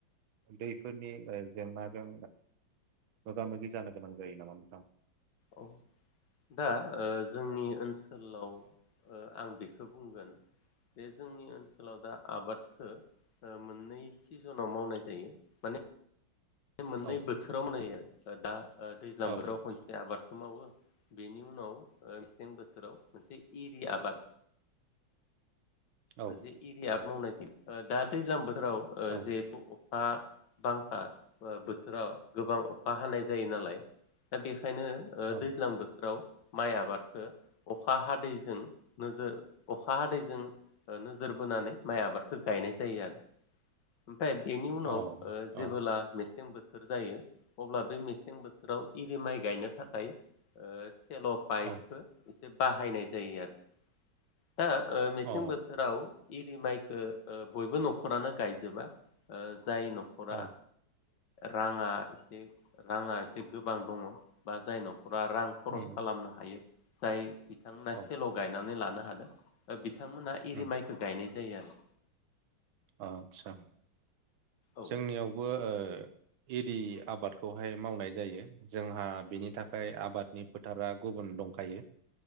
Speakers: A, on the right; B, on the left.
A: दैफोरनि जेंनाजों मोगा मोगि जानो जायो नामा नोंथां?
B: औ दा ओ जोंनि ओनसोलाव ओ आं बेखौ बुंगोन जे जोंनि ओनसोलाव दा आबादखो मोननै सिजिनाव मावनाय जायो माने बे मोननै
A: औ
B: बोथोराव माने स दा ओ दैज्लां
A: औ
B: बोथोराव खनसे आबाद मावो बेनि उनाव मेसें बोथोराव मोनसे इरि आबाद
A: औ
B: मोनसे एरिया मावनायै दा दैज्लां बो राव
A: औ
B: जिहेतु खा बांखा बोथोराव गोबां अखा हानाय जायो नालाय दा बे ओंखायनो ओ
A: औ
B: दैज्लां बोथोराव माइ आबादखौ अखा हादैजों नोजोर अखा हादैजों ओ नोजोर बोनानै माइ आबादखौ गायनाय जायो आरो। नाथाय बेनि उनाव
A: औ
B: ओ जेबोला
A: औ
B: मेसें बोथोर बोथोर जायो अब्ला बे मेसें बोथोर राव इरि माइ गायनो थाखाय ओ सेल' पाइपहो
A: औ
B: बाहायनाय जायो आरो। आ मेसिं
A: औ
B: बो इरि माइखौ बयबो न'खरानो गायजोबा जाय न'खरा
A: औ
B: राङा एसे राङा एसे गोबां दङ बा जायनाव फुरा रां खरस
A: उम
B: खालामनो हायो। सायो बिथांमोना
A: औ
B: सेल' गायनानै लानो हायो। बिथांमोन हा इरि
A: उम
B: माइखौ गायनाय जायो आरो
A: आतसा
B: औ
A: जोंनियावबो ओ एरि आबादखौहाय मावनाय जायो जोंहा बिनि थाखाय आबादनि फोथारा गुबुन दंखायो।